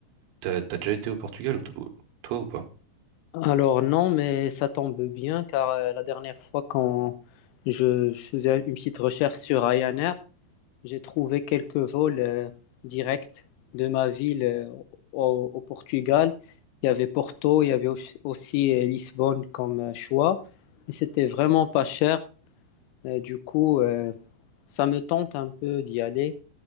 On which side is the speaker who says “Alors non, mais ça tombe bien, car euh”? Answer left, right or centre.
Left